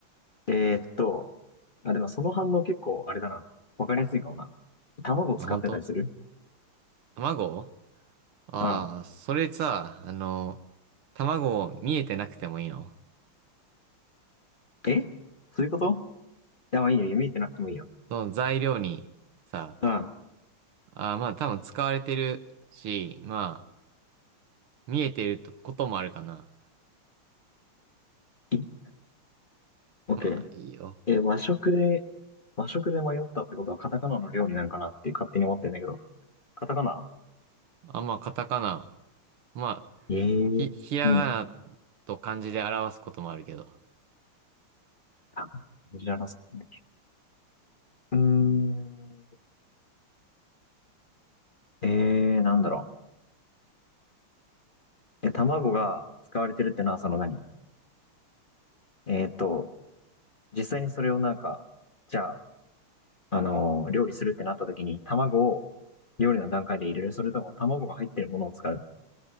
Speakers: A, on the left; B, on the right.
A: えーっと、あ、でもその反応結構、あれだな。わかりやすいかもな。卵使ってたりする
B: あ、本当？卵ああー、
A: うん。
B: それさ、あの、卵見えてなくてもいいの
A: えそういうこといや、まあいいよ。見えてなくてもいいよ。
B: その材料にさ、
A: うん。
B: ああ、まあ多分使われてるし、まあ、見えてるとこともあるかな。
A: いオッケー
B: まあ、いいよ。
A: え、和食で、和食で迷ったってことはカタカナの料理なんかなって勝手に思ってんだけど。カタカナ
B: あ、まあ、カタカナ。まあ、
A: ええー。
B: ひ、ひらがなと漢字で表すこともあるけど。
A: うん。あ知らなったんだっけうーん。えー、なんだろう。え、卵が使われてるってのは、その何えーと、実際にそれをなんか、じゃあ、あのー料理するってなった時に、卵を料理の段階で入れる。それとも卵が入ってるものを使う。